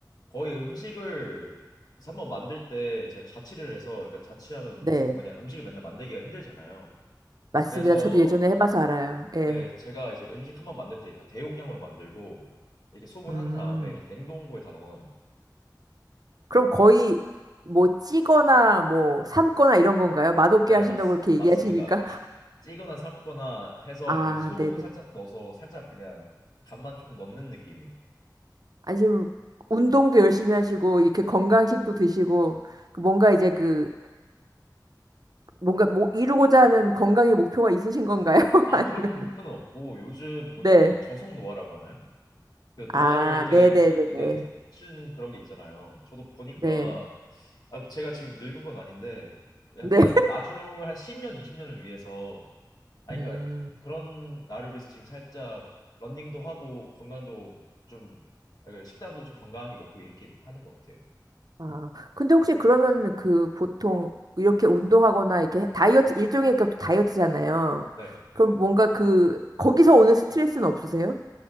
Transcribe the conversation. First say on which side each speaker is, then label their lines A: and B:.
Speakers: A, on the left; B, on the right.
A: 거의 음식을 그래서 한번 만들 때 제가 자취를 해서 그러니까 자취하면
B: 네.
A: 음, 뭐냐 음식을 맨날 만들기가 힘들잖아요.
B: 맞습니다.
A: 그래서
B: 저도 예전에 해봐서 알아요. 예.
A: 네 제가 이제 음식 한 번 만들 때 그러니까 대용량으로 만들고 이렇게 소분한
B: 음.
A: 다음에 이제 냉동고에 다 넣어놔요.
B: 그럼 거의 뭐 찌거나 뭐 삶거나 이런 건가요? 맛없게
A: 네
B: 하신다고
A: 맞,
B: 그렇게
A: 맞습니다.
B: 얘기하시니까.
A: <laughs> 찌거나 삶거나 해서
B: 아,
A: 약간 소금을
B: 네네.
A: 살짝 넣어서 살짝 그냥 간만 조금 넣는 느낌이에요.
B: 아니, 지금 운동도 열심히 하시고, 이렇게 건강식도 드시고, 그 뭔가 이제 그, 뭔가 뭐 이루고자 하는 건강의 목표가 있으신 건가요? <laughs>
A: 아
B: 아니면,
A: 그런 목표는 없고 요즘 보니까
B: 네.
A: 그 저속 노화라고 하나요? 그 노화를
B: 아,
A: 되게
B: 네네네네.
A: 네, 느끼는 그런 게 있잖아요. 저도 보니까
B: 네.
A: 아, 뭐 제가 지금 늙은 건 아닌데 약간
B: 네.
A: 나중을 한 10년, 20년을 위해서 아니
B: 음.
A: 그러니까 그런 나를 위해서 지금 살짝 러닝도 하고 건강도 좀 아, 그 식단도 좀 건강하게 먹고 이렇게 하는 것 같아요.
B: 아, 근데 혹시 그러면 그 보통 이렇게 운동하거나 이렇게 다이어트, 일종의 그 다이어트잖아요.
A: 네.
B: 그럼 뭔가 그, 거기서 오는 스트레스는 없으세요?